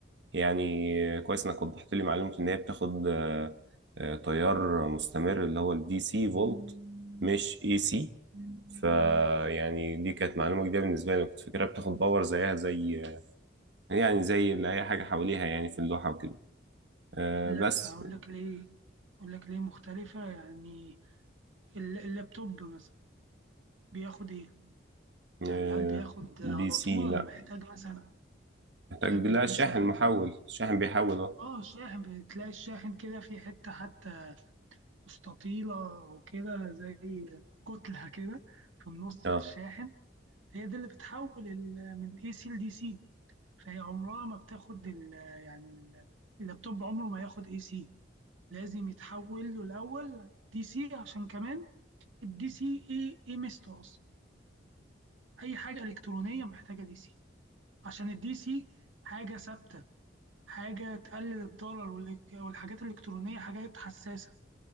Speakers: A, on the right (about 65°); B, on the right (about 90°).
A: يعني كويس انك وضحت لي معلومة ان هي بتاخد آه، آه، تيار مستمر اللي هو الدي سي فولت مش اي سي فيعني دي كانت معلومة جديدة بالنسبة لي كنت فاكرها بتاخد باور زيها زي آه، يعني زي اللي اي حاجة حواليها يعني في اللوحة وكده آه،
B: لا
A: بس
B: اقول لك ليه اقول لك ليه مختلفة يعني ال- اللابتوب مثلا بياخد ايه يعني
A: آه،
B: هل بياخد
A: دي
B: على
A: سي
B: طول ولا
A: لا
B: محتاج مثلا
A: محتاج
B: كابل
A: لها
B: مثلا
A: شاحن محول الشاحن بيحول اه
B: اه الشاحن بتلاقي الشاحن كده في حتة حتى مستطيلة وكده زي كتلة كده في النص
A: اه
B: في الشاحن هي دي اللي بتحول ال- من اي سي لدي سي هي عمرها ما بتاخد ال يعني ال- اللابتوب عمره ما ياخد اي سي لازم يتحول له الاول دي سي عشان كمان الدي سي ايه ايه ميزته اصلا اي حاجه الكترونيه محتاجه دي سي عشان الدي سي حاجه ثابته حاجه تقلل الضرر والإك- والحاجات الالكترونيه حاجات حساسه